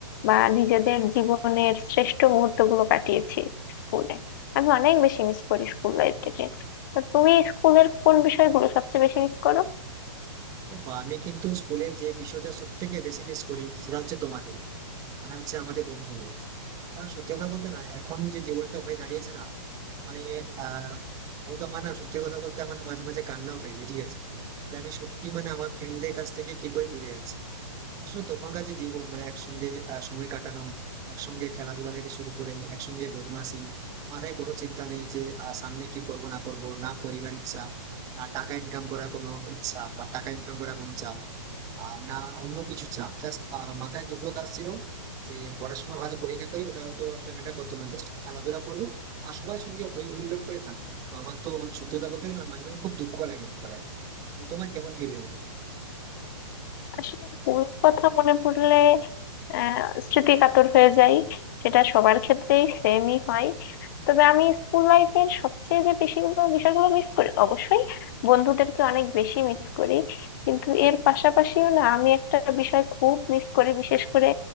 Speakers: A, on the left; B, on the right.
A: বা নিজেদের জীবনের শ্রেষ্ঠ মুহূর্তগুলো কাটিয়েছি স্কুলে আমি অনেক বেশি মিস করি স্কুল লাইফটাকে তা তুমি স্কুলের কোন বিষয়গুলো সবচেয়ে বেশি মিস করো
B: দেখো আমি কিন্তু স্কুলে যে বিষয়টা সব থেকে বেশি মিস করি সেটা হচ্ছে তোমাদের মানে হচ্ছে আমাদের বন্ধুগুলো কারণ সত্যি কথা বলতে না এখন যে জীবনটা হয়ে দাঁড়িয়েছে না মানে আহ হয়তো আমার না সত্যি কথা বলতে আমার না মাঝে মাঝে কান্নাও পেয়েছে ঠিক আছে যে আমি সত্যি মানে আমার ফ্রেন্ডদের কাছ থেকে কি করে দূরে আছি আসলে তখনকার যে জীবন মানে একসঙ্গে আহ, সময় কাটানো একসঙ্গে খেলাধুলা থেকে শুরু করে একসঙ্গে বদমাশি মাথায় কোনো চিন্তা নেই যে আহ, সামনে কি করব না করব না পরিবার ইচ্ছা না টাকা ইনকাম করার কোনো ইচ্ছা বা টাকা ইনকাম করার কোনো চাপ আর না অন্য কিছু চাপ জাস্ট মাথায় দুটো কাজ ছিল যে পড়াশোনা ভালো করি না করি ওটা হয়তো অতটা ম্যাটার করতো না জাস্ট খেলাধুলা করবো আর সবাই সঙ্গে হই হুল্লোড় করে থাকবো তো আমার তো মানে সত্যতা বলতে গেলে না মাঝে মাঝে খুব দুঃখ লাগে তারা তোমার কেমন ফিল হয়
A: আসলে স্কুলের কথা মনে পড়লে আহ স্মৃতি কাতর হয়ে যায় সেটা সবার ক্ষেত্রেই সেমই হয় তবে আমি স্কুল লাইফের সবচেয়ে যে বেশিগুলো বিষয়গুলো মিস করি অবশ্যই বন্ধুদেরকে অনেক বেশি মিস করি কিন্তু এর পাশাপাশিও না আমি একটা বিষয় খুব মিস করি বিশেষ করে